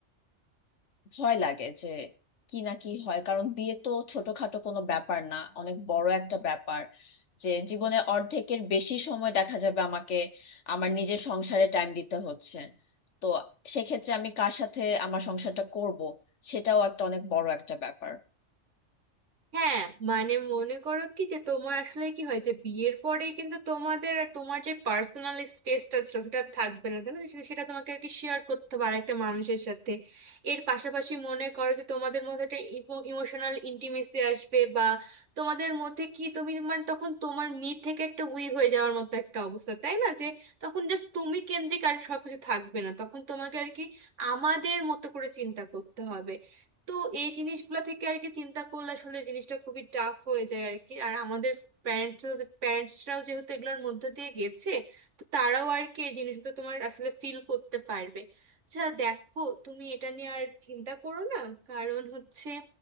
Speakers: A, on the left (about 75°); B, on the right (about 80°).
A: ভয় লাগে যে কি না কি হয় কারণ বিয়ে তো ছোটখাটো কোনো ব্যাপার না অনেক বড় একটা ব্যাপার যে জীবনে অর্ধেকের বেশি সময় দেখা যাবে আমাকে আমার নিজের সংসারে টাইম দিতে হচ্ছে তো সেক্ষেত্রে আমি কার সাথে আমার সংসারটা করব সেটাও একটা অনেক বড় একটা ব্যাপার
B: হ্যাঁ মানে মনে করো কি যে তোমার আসলে কি হয় যে বিয়ের পরে কিন্তু তোমাদের আর তোমার যে পার্সোনাল স্পেসটা ছিল সেটা আর থাকবে না তাই না সে- সেটা তোমাকে আর কি শেয়ার করতে হবে আরেকটা মানুষের সাথে এর পাশাপাশি মনে করো যে তোমাদের মধ্যে একটা ইমোশনাল ইন্টিমেসি আসবে বা তোমাদের মধ্যে কি তুমি মানে তখন তোমার মি থেকে একটা উই হয়ে যাওয়ার মতো একটা অবস্থা তাই না যে তখন জাস্ট তুমি কেন্দ্রিক আর সবকিছু থাকবে না তখন তোমাকে আর কি আমাদের মতো করে চিন্তা করতে হবে তো এই জিনিসগুলা থেকে আর কি চিন্তা করলে আসলে জিনিসটা খুবই টাফ হয়ে যায় আর কি আর আমাদের প্যারেন্টস প্যারেন্টসরাও যেহেতু এগুলোর মধ্য দিয়ে গেছে তো তারাও আর কি এই জিনিসগুলো তোমার আসলে ফিল করতে পারবে আচ্ছা দেখো তুমি এটা নিয়ে আর চিন্তা করো না কারণ হচ্ছে